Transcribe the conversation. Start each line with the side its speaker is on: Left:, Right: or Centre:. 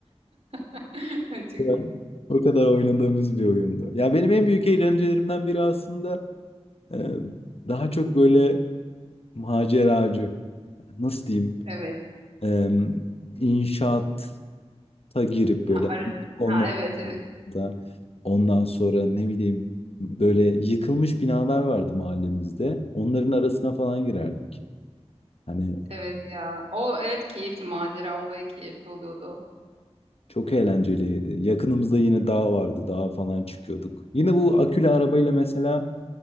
Right: <laughs> Çok
Left: O kadar
Right: iyi.
Left: o kadar oynadığımız bir oyundu. Ya benim en büyük eğlencelerimden biri aslında e, daha çok böyle maceracı, nasıl diyeyim,
Right: Evet.
Left: e, inşaata girip böyle
Right: Ha, arası.
Left: olmak
Right: Ha evet evet.
Left: da ondan sonra ne bileyim böyle yıkılmış binalar vardı mahallemizde. Onların arasına falan girerdik. Hani
Right: Evet ya. O evet keyifli macera olayı keyifli oluyordu.
Left: Çok eğlenceliydi. Yakınımızda yine dağ vardı. Dağa falan çıkıyorduk. Yine bu akülü arabayla mesela